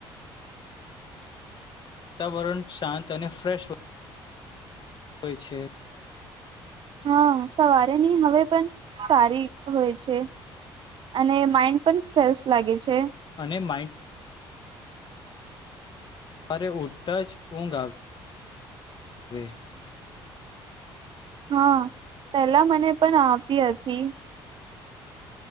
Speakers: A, on the left (about 45°); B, on the right (about 50°).
A: વાતાવરણ શાંત અને ફ્રેશ હોય હોય છે
B: હા સવારેની હવે પણ સારી હોય છે અને માઈન્ડ પણ ફ્રેશ લાગે છે
A: ને માઇ અરે ઊટ જ ઊંઘ આવી હવે
B: હા પેલા મને પણ આવતી હતી